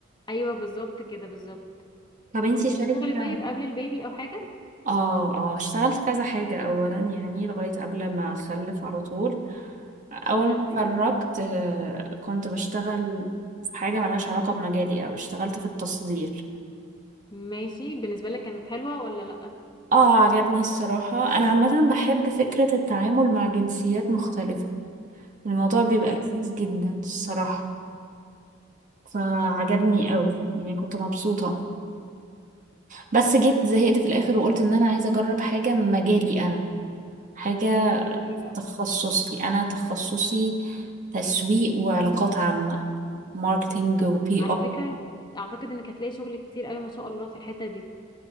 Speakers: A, on the left; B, on the right.
A: ايوه بالظبط كده بالظبط
B: طب انتي
A: كنت
B: شايفه
A: بتشتغلي طيب قبل البيبي او حاجه
B: اه اه اشتغلت كذا حاجة اولا يعني لغاية قبل ما اخلف على طول اول
A: اشتغلتي
B: ما اتخرجت
A: ايه
B: آه، كنت بشتغل في حاجة ملهاش علاقة بمجالي او اشتغلت في التصدير
A: ماشي بالنسبه لك كانت حلوه ولا لا
B: اه عجبني الصراحة انا عامة بحب فكرة التعامل مع جنسيات مختلفة الموضوع بيبقى
A: ماشي
B: لذيذ جدا الصراحة فعجبني قوي يعني كنت مبسوطة بس جيت زهقت في الاخر وقلت ان انا عايزة اجرب حاجة من مجالي انا حاجة
A: زي ايه بقى
B: تخصصي انا تخصصي تسويق وعلاقات عامة ماركتينج وبي
A: على
B: ار
A: فكره اعتقد انك هتلاقي شغل كتير قوي ما شاء الله في الحته دي